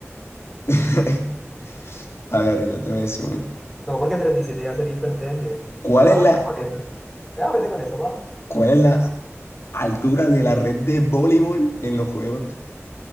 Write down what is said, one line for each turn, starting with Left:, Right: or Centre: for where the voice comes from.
Left: <laughs> A ver, yo te voy a decir uno.
Centre: No, porque 37 ya sería hipertermia.
Left: ¿Cuál
Centre: Te vas
Left: es la,
Centre: a meter con eso. Te vas a meter con eso, papá.
Left: cuál es la altura de la red de voleibol en los juegos?